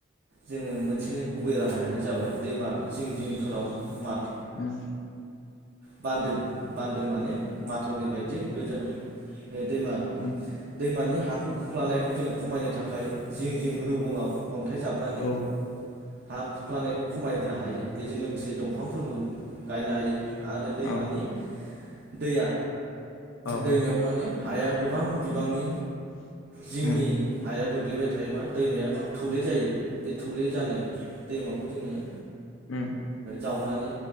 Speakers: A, on the right (about 55°); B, on the left (about 70°).
A: जोंङो मोनसे गुबै राहायानो जाबाय दैमा जिं जिंफोराव माथ
B: उम
A: बान्दो बान्दो माने माथावरि बायदि गोजों दैमा
B: उम
A: दैमानि हा बे खुख्लनायखौ जोंङो खमायनो थाखाय थाखाय जिं जिं रुबुङाव अन्थाइ जाबनानै
B: औ
A: हा खुख्लानायखौ खमायहोनो हायो बेजों लोगोसे दंफांफोरखौ गायनो हायो आरो दैमानि
B: औ
A: दैया
B: औ
A: दैमायाव माने हाया गोबां बिबांनि जोंनि
B: उम
A: गोग्लैबाय थायोबा दैमाया थौले जायो बे थौले जानो दैमाखौ जोंङो
B: उम
A: जावनानै